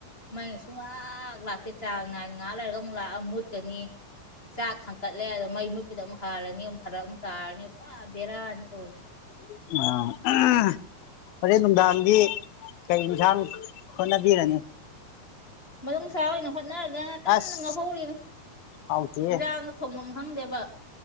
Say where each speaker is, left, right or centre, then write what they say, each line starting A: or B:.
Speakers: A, on the left; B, on the left.
A: ꯃꯩꯅꯁꯨ ꯉꯥꯏꯍꯥꯛ ꯂꯥꯛꯇꯦ ꯆꯥꯡ ꯅꯥꯏꯅ ꯉꯥꯏꯍꯥꯛ ꯂꯩꯔꯒ ꯑꯃꯨꯛ ꯂꯥꯛꯑ ꯃꯨꯠꯀꯅꯤ ꯆꯥꯛ ꯊꯥꯡꯀꯠꯂꯤ ꯂꯩ ꯑꯗ ꯃꯩ ꯃꯨꯠꯄꯗ ꯑꯃꯨꯛ ꯍꯥꯜꯂꯅꯤ ꯑꯃꯨꯛ ꯐꯔꯛ ꯑꯃꯨꯛ ꯇꯥꯔꯅꯤ ꯄꯨꯔꯥ ꯕꯦꯔꯥꯑꯅꯤ ꯇꯧꯔꯁꯤ
B: ꯑ ꯍꯣꯔꯦꯟ ꯅꯨꯡꯗꯥꯡꯒꯤ ꯀꯩ ꯏꯟꯁꯥꯡ ꯍꯣꯠꯅꯕꯤꯔꯅꯤ
A: ꯃꯅꯨꯡꯁꯥ ꯑꯣꯏꯅ ꯍꯣꯠꯅꯔꯒꯅ ꯀꯟꯅ
B: ꯑꯁ
A: ꯉꯧꯍꯧꯔꯤꯅꯤ
B: ꯍꯥꯎꯇꯦꯍꯦ
A: ꯏꯥꯡ ꯊꯣꯡꯐꯝꯝ ꯈꯪꯗꯦꯕ